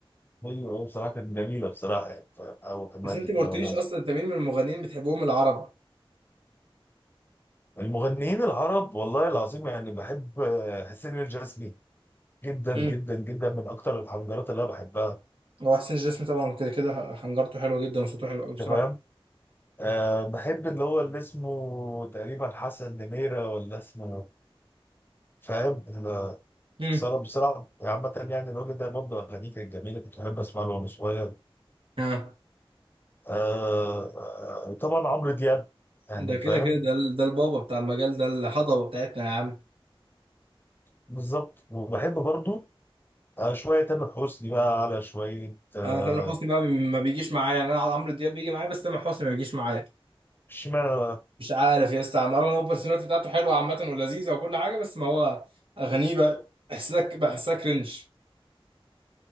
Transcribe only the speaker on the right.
بس انت
ما
قلتليش اصلا انت مين من المغنيين بتحبهم العرب
امم
هو حسين جسمي طبعا كده كده حنجرته حلوه جدا وصوته حلو قوي
بصراحه
امم
ها
ده كده
كده ده ال- ده البابا بتاع المجال ده الهضبه بتاعتنا يا عم
انا تامر حسني بقى ما بيجيش معايا انا عمرو دياب بيجي معايا بس تامر حسني ما بيجيش معايا
مش عارف يا اسطى عمران هو البرسوناليتي بتاعته حلوه عامه ولذيذه وكل حاجه بس ما هو اغانيه بقى بحسها بحسها كرنج